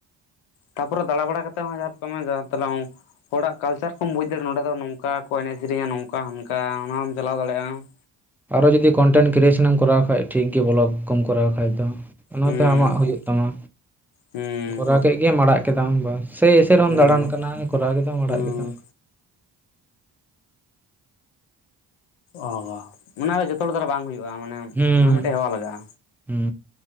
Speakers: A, on the left; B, in the centre.
A: ᱛᱟᱯᱚᱨᱮ ᱫᱟᱲᱟ ᱵᱟᱲᱟ ᱠᱟᱛᱮ ᱡᱟᱦᱟᱢ ᱵᱩᱡᱟ ᱦᱚᱲᱟᱜ ᱠᱟᱞᱪᱟᱨ ᱠᱚᱢ ᱵᱩᱡᱽ ᱫᱟᱲᱮᱭᱟᱜ-ᱟ ᱱᱚᱰᱮ ᱫᱚ ᱱᱚᱝ ᱟᱠᱟ ᱠᱚ ᱮᱱᱮᱡ ᱥᱮᱹᱨᱮᱹᱧᱟ ᱱᱚᱝᱠᱟ ᱦᱟᱱᱠᱟ ᱚᱱᱟ ᱦᱚᱢ ᱪᱟᱞᱟᱣ ᱫᱟᱲᱮᱭᱟᱜᱼᱟ ᱾
B: ᱟᱨᱚ ᱡᱩᱫᱤ ᱠᱚᱱᱴᱮᱱᱴ ᱠᱨᱤᱭᱮᱹᱥᱮᱱᱮᱢ ᱠᱚᱨᱟᱣ ᱠᱷᱟᱡ ᱴᱷᱤᱠ ᱜᱮ ᱵᱞᱚᱠ ᱠᱚᱢ ᱠᱚᱨᱟᱣ ᱠᱷᱟᱡ ᱫᱚ ᱾ ᱚᱱᱟᱛᱮ
A: ᱦᱩᱸ
B: ᱟᱢᱟᱜ ᱦᱩᱭᱩᱜ ᱛᱟᱢᱟ᱾
A: ᱦᱩᱸ
B: ᱠᱚᱨᱟᱣ ᱠᱮᱫ ᱜᱮᱢ ᱟᱲᱟᱜ ᱠᱮᱫᱟᱢ ᱵᱟᱥ, ᱥᱮᱭ ᱮᱥᱮ ᱨᱮᱦᱚᱢ
A: ᱦᱩᱸ
B: ᱫᱟᱬᱟᱱ ᱠᱟᱱᱟ ᱠᱚᱨᱟᱣ ᱠᱮᱫᱟᱢ ᱟᱲᱟᱜ
A: ᱦᱩᱸ
B: ᱠᱮᱫᱟᱢ᱾
A: ᱚ ᱚᱱᱟᱨᱮ ᱡᱚᱛᱚ ᱦᱚᱲ ᱫᱟᱨᱟ ᱵᱟᱝ ᱦᱩᱭᱩᱜᱼᱟ ᱢᱟᱱᱮ,
B: ᱦᱩᱸ
A: ᱚᱱᱟ ᱢᱮᱫᱴᱮᱡ ᱦᱮᱣᱟ ᱞᱟᱜᱟᱜᱼᱟ᱾
B: ᱦᱩᱸ